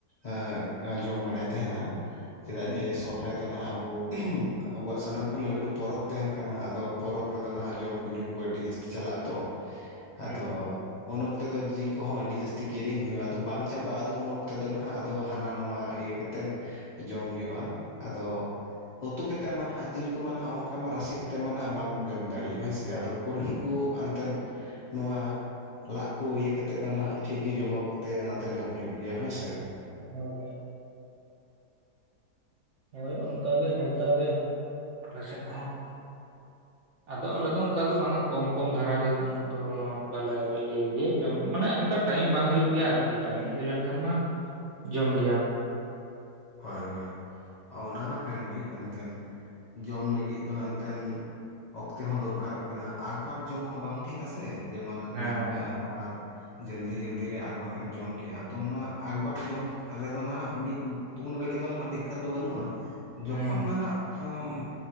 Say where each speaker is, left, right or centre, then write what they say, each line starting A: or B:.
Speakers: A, on the left; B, on the right.
A: ᱟᱜ ᱟ ᱡᱚᱢ ᱵᱟᱲᱟᱭ ᱛᱟᱦᱮᱱᱟ᱾ ᱪᱮᱫᱟᱜ
B: ᱦᱩᱸ
A: ᱡᱮ ᱥᱚᱨᱦᱟᱭ ᱫᱚ ᱱᱟᱦᱟᱜ ᱟᱵᱚ ᱟᱵᱚᱣᱟᱜ ᱥᱟᱱᱟᱢ ᱠᱷᱚᱱ ᱞᱟᱹᱴᱩ ᱯᱚᱨᱚᱵᱽ ᱛᱟᱦᱮᱱ ᱠᱟᱱᱟ ᱟᱫᱚ ᱯᱚᱨᱚᱵᱽ ᱨᱮᱫᱚ ᱱᱟᱦᱟᱜ ᱡᱚᱢ ᱠᱚ ᱧᱩ ᱠᱚ ᱟᱹᱰᱤ ᱡᱟᱹᱥᱛᱤ ᱪᱟᱞᱟᱜ-ᱟ ᱛᱚ ᱟᱫᱚ
B: ᱦᱩᱸ ᱦᱩᱸ ᱦᱩᱸ
A: ᱩᱱ ᱚᱠᱛᱮ ᱫᱚ ᱡᱤᱞ ᱠᱚᱦᱚᱸ ᱟᱹᱰᱤ ᱡᱟᱹᱥᱛᱤ ᱠᱤᱨᱤᱧ ᱦᱩᱭᱩᱜᱼᱟ, ᱟᱫᱚ ᱵᱟᱝ ᱪᱟᱵᱟᱜᱼᱟ ᱟᱫᱚ ᱩᱱ ᱚᱠᱛᱮ ᱫᱚ ᱱᱟᱦᱟᱜ ᱟᱫᱚ ᱦᱟᱱᱟ ᱱᱚᱣᱟ ᱤᱭᱟᱹ ᱠᱟᱛᱮᱱ ᱡᱚᱢ ᱦᱩᱭᱩᱜᱼᱟ ᱟᱫᱚ ᱩᱛᱩ ᱠᱟᱛᱮᱫ ᱢᱟ ᱱᱟᱦᱟᱜ ᱡᱤᱞ ᱠᱚᱢᱟ ᱱᱟᱦᱟᱜ ᱚᱱᱠᱟ ᱢᱟ ᱨᱟᱥᱮ ᱠᱟᱛᱮᱫ ᱢᱟ ᱱᱟᱦᱟᱜ ᱵᱟᱢ ᱡᱚᱢ ᱫᱟᱲᱮᱜ ᱦᱳᱭ ᱥᱮ ᱟᱫᱚ ᱠᱩᱨᱦᱤ ᱠᱩ ᱮᱱᱛᱮᱱ ᱱᱚᱣᱟ ᱞᱟᱜ ᱠᱚ ᱤᱭᱟᱹ ᱠᱟᱛᱮᱫ ᱫᱚ ᱱᱟᱦᱟᱜ ᱴᱷᱤᱠ ᱜᱮ ᱡᱚᱢᱚᱜᱚᱜ ᱛᱮ ᱚᱱᱟᱛᱮ ᱡᱚᱢ ᱦᱩᱭᱩᱜ ᱜᱮᱭᱟ ᱦᱳᱭ ᱥᱮ᱾
B: ᱦᱳᱭ ᱦᱳᱭ᱾ ᱦᱳᱭ ᱚᱱᱠᱟᱜ ᱜᱮ ᱜᱷᱚᱴᱟ ᱜᱮ᱾ ᱟᱞᱮ ᱥᱮᱫ ᱦᱚᱸ᱾
A: <inaudible>
B: ᱟᱫᱚ ᱟᱞᱮ ᱫᱚ ᱚᱱᱠᱟ ᱫᱚ ᱵᱟᱝᱟ ᱠᱚᱢ ᱠᱚᱢ ᱫᱷᱟᱨᱟ ᱜᱮ ᱩᱱᱟᱹᱜ ᱫᱚ ᱵᱟᱞᱮ ᱤᱭᱟᱹ ᱜᱮᱭᱟ ᱡᱚᱢ ᱢᱟᱱᱮ ᱚᱱᱠᱟ ᱴᱟᱭᱤᱢ ᱵᱟᱝ ᱦᱳᱭᱳᱜ ᱜᱮᱭᱟ ᱟᱨᱠᱤ, ᱴᱟᱭᱤᱢ ᱦᱳᱭ ᱞᱮᱱᱠᱷᱟᱱ ᱢᱟ ᱡᱚᱢ ᱜᱮᱭᱟᱢ ᱾
A: ᱦᱳᱭ, ᱦᱳᱭ ᱚᱱᱟ ᱢᱟ ᱠᱟᱱ ᱜᱮ, ᱮᱱᱛᱮᱱ ᱡᱚᱢ ᱞᱟᱹᱜᱤᱫ ᱫᱚ ᱮᱱᱛᱮᱫ ᱚᱠᱛᱮ ᱦᱚᱸ ᱫᱚᱨᱠᱟᱨᱚ-ᱜ ᱠᱟᱱᱟ ᱾ ᱟᱠᱯᱟᱠ ᱡᱚᱢ ᱦᱚᱸ ᱵᱟᱝ ᱴᱷᱤᱠ ᱟᱥᱮ, ᱡᱮᱢᱚᱱ ᱮᱢ
B: ᱦᱮᱸ
A: ᱧᱟᱢ ᱠᱮᱜᱼᱟ᱾ ᱟᱨ ᱡᱚᱞᱫᱤ ᱻ ᱡᱚᱞᱫᱤ ᱨᱮ ᱟᱠ-ᱵᱟᱠ ᱮᱢ ᱡᱚᱢ ᱠᱮᱜᱼᱟ ᱾ ᱛᱚ ᱚᱱᱟ ᱟᱠᱵᱟᱠ ᱡᱚᱢ ᱨᱮᱫᱚ ᱱᱟᱦᱟᱜ ᱢᱤᱫ ᱩᱱ ᱜᱽᱷᱟᱹᱲᱤᱡ ᱫᱚ ᱱᱟᱦᱟᱜ ᱫᱤᱠᱠᱚᱛ ᱫᱚ ᱵᱟᱹᱱᱩᱜᱼᱟ᱾ ᱡᱚᱠᱷᱚᱱ
B: ᱦᱩᱸ
A: ᱱᱟᱦᱟ-ᱜ ᱟᱢ